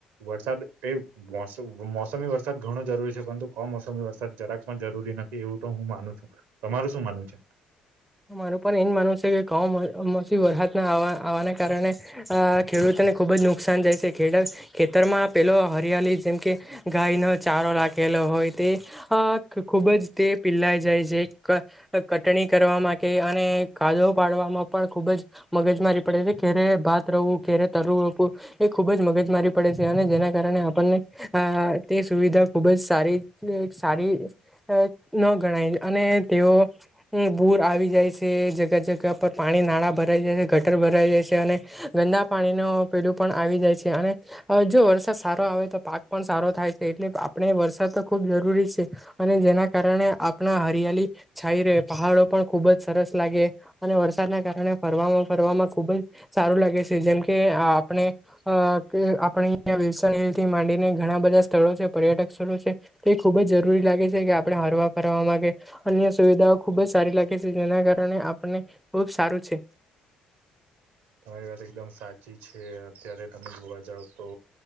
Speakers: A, on the right (about 70°); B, in the centre.
A: વરસાદ એ મોસમી વરસાદ ઘણો જરૂરી છે. પરંતુ કોમ મસમી વરસાદ જરાક પણ જરૂરી નથી એવું તો હું, માનું છું તમારું શું માનવું છે.
B: મારે પણ એ જ માનવુ છે, કે કામ કમોસમી વરસાદને આવવાના કારણે ખેડૂતોને ખુબ જ નુકસાન જાય છે. ખેડત ખેતરમાં પેલો હરિયાળી જેમકે ગાય ન ચારો લાગ લાગેલો હોય તે ખુબ જ તે પીલાઈ જાય છે, કટણી કરવાવામાં કાદો પાડવામાં પણ ખુબ જ મગજ મારી પડે છે, ખેરે ભાત રવું ઘેરે તરવું રવું. એ ખૂબ જ મગજ મારી પડે છે, અને જેના કારણે આપણને આ તે સુવિધા ખુબ જ સારી, સારી ન ગણાય અને તેઓ પૂર આવી. જાય છે જગ્યા જગ્યા પર પાણી નાળા ભરાઈ જાય છે, ગટર ભરાઈ જાય છે, અને ગંદા પાણીનો પેલું પણ આવી જાય છે, અને જો વરસાદ સારો આવે તો પાક પણ સારો થાય છે, એટલે આપણે વરસાદ ખૂબ જરૂરી છે, અને જેના કારણે આપણા હરિયાળ છાઈ ર પહાડો પણ ખૂબ જ સરસ લાગે અને, વરસાદના કારણે ફરવામાં ફરવામાં ખુબ જ સારું લાગે છે. જેમ કે આપણે આપલ થી માંડીને ઘણા બધા સ્થળો છે પર્યટક સ્થળો છે તે ખુબ જ જરૂરી લાગે છે, કે આપણે હરવા ફરવા માંગે અ સુવિધાઓ ખુબ જ સારી લાગે છે. જેના કારણે આપને ખુબ સારું છે.
A: તમારી વાત એકદમ સાચી છે, અત્યારે તમને જોવા જાવ તો